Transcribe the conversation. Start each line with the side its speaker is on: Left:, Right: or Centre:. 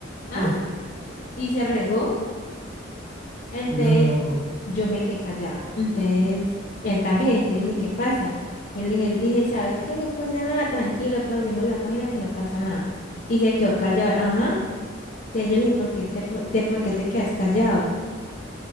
Left: ¿Ah?
Right: Mm,
Left: Y se regó. Entonces
Right: No, no, no.
Left: yo me quedé callada. Entonces él también. Entonces yo le dije, ¿qué pasa? Yo le dije, le dije, ¿sabes qué? No pasa nada, tranquilo, pasemos la página que no pasa nada. Y se quedó callado. Ajá. Entonces yo le dije, ¿por qué te, po- te- por qué te quedas callado?